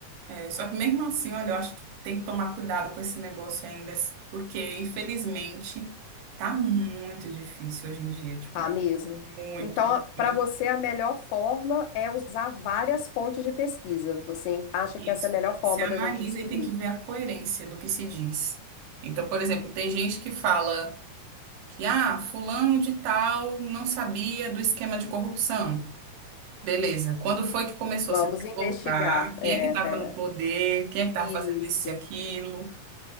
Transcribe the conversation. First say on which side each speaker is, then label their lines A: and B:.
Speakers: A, on the right; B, on the left.
A: É, só que mesmo assim, olha, eu acho que tem que tomar cuidado com esse negócio ainda, porque infelizmente tá muito difícil hoje em dia, tipo,
B: Tá mesmo.
A: muito,
B: Então, para
A: muito
B: você, a melhor forma é usar várias fontes de pesquisa. Você acha
A: difícil.
B: que essa é a melhor forma
A: Você analisa
B: da gente descobrir?
A: e tem que ver a coerência do que se diz. Então, por exemplo, tem gente que fala que, ah, fulano de tal não sabia do esquema de corrupção. Beleza, quando foi que começou?
B: Vamos
A: Você tem que
B: investigar.
A: voltar, quem
B: É,
A: é que estava
B: é.
A: no poder, quem é que estava
B: Isso.
A: fazendo isso e aquilo?